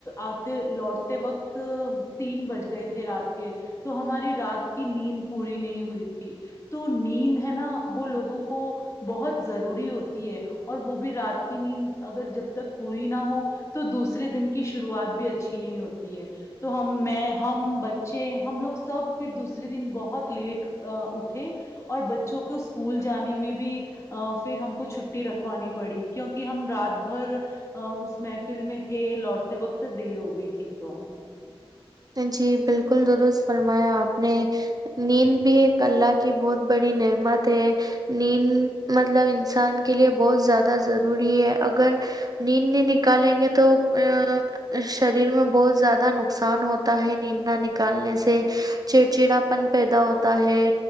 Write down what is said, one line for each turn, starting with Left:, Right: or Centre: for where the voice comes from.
Left: آتے لوٹتے وقت تین بج گئے تھے رات کے تو ہماری رات کی نیند پوری نہیں ہوئی تھی تو نیند ہے نا وہ لوگوں کو بہت ضروری ہوتی ہے اور وہ بھی رات کی نیند اگر جب تک پوری نہ ہو تو دوسرے دن کی شروعات بھی اچھی نہیں ہوتی ہے تو ہم میں ہم بچے ہم لوگ سب پھر دوسرے دن بہت لیٹ اٹھے اور بچوں کو اسکول جانے میں بھی پھر ہم کو چھٹی رکھوانی پڑی کیونکہ ہم رات بھر اس محفل میں تھے لوٹتے وقت دیر ہو گئی تھی تو
Right: جی بالکل درست فرمایا آپ نے نیند بھی ایک اللہ کی بہت بڑی نعمت ہے نیند مطلب انسان کے لیے بہت زیادہ ضروری ہے اگر نیند نہیں نکالیں گے تو ا شریر میں بہت زیادہ نقصان ہوتا ہے نیند نہ نکالنے سے چڑچڑا پن پیدا ہوتا ہے